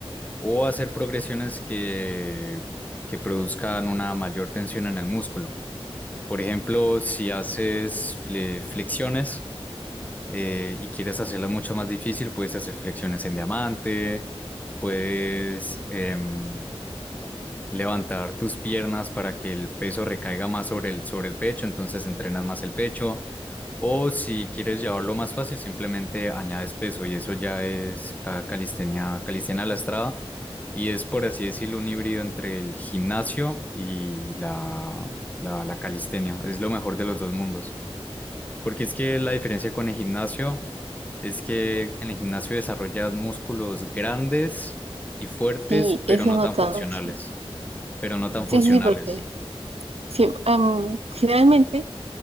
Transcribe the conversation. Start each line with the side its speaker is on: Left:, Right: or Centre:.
Left: o hacer progresiones que, que produzcan una mayor tensión en el músculo. Por ejemplo, si haces fle- flexiones eh, y quieres hacerlas mucho más difícil, puedes hacer flexiones en diamante, puedes em, levantar tus piernas para que el peso recaiga más sobre el, sobre el pecho, entonces entrenas más el pecho o si quieres llevarlo más fácil, simplemente añades peso y eso ya es ca- calistenia, calistenia lastrada y es por así decirlo un híbrido entre el gimnasio y la, la, la calistenia. Es lo mejor de los dos mundos. Porque es que la diferencia con el gimnasio es que en el gimnasio desarrollas músculos grandes y fuertes,
Right: Sí,
Left: pero
Right: eso
Left: no
Right: he notado.
Left: tan funcionales.
Right: Sí,
Left: Pero no
Right: sí,
Left: tan funcionales.
Right: sí, sí, porque sí, am, generalmente,